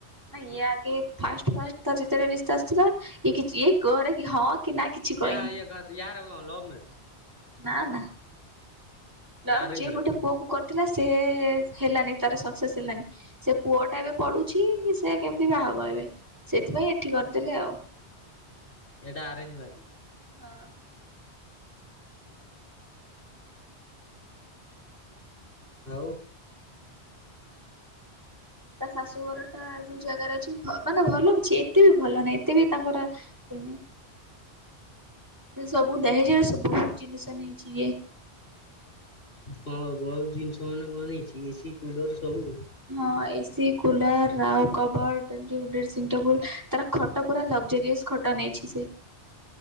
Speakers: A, on the right; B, on the left.
A: ହଁ ଇଏ ଆଗେ ଫାଷ୍ଟ ଫାଷ୍ଟ ତାର ଯେତେ ବେଳେ ରିସ୍ତା ଆସିଥିଲା ଇଏ କିଛି ଏଇ କରେ କି ହଁ କି ନା କିଛି କହିନି।
B: ୟା ୟେ କା ୟାରଁ କଁ ଲଭ ମ୍ୟାରେଜ।
A: ନା ନା ଲଭ୍
B: ଆରେଞ୍ଜ
A: ଯିଏ
B: ମ୍ୟାରେଜ
A: ଗୋଟେ ପୁଅକୁ କର ଥିଲା ସେ ହେଲାନି ତାର ସକ୍ସେସ୍ ହେଲାନି। ସେ ପୁଅ ଟା ଏବେ ପଡୁଛି ସେ କେମିତି ବାହା‌ ହବ ଏବେ ସେଥିପାଇଁ ଏଠି କରିଦେଲେ ଆଉ।
B: ଏଇଟା ଆରେଞ୍ଜ ମାରେଜ୍।
A: ହଁ।
B: ଆଉ।
A: ତା ଶାଶୁ ଘର ଟା ଯୋଉ ଜାଗାରେ ଅଛି ଭ ମାନେ ଭଲ ଅଛି ଏତେ ବି ଭଲ ନାହିଁ ଏତେ ବି ତାଙ୍କର ଇଏ ନାଇଁ। ଇଏ ସବୁ ଦହେଜ ରେ ସବୁ ବହୁତ ଜିନିଷ ନେଇଛି ଇଏ।
B: ହଁ ବହୁତ ଜିନିଷ ବୋଇଲେ କଣ ନେଇଛି ଏସିି କୁଲର ସବୁ।
A: ହଁ ଏସି କୁଲର ଆଉ କବଡ ଯୋଉ ଡ୍ରେସିଂ ଟେବୁଲ ତାର ଖ ଟ ପୁରା ଲକ୍ଜରିୟସ୍ ଖଟ ନେଇଛି ସେ।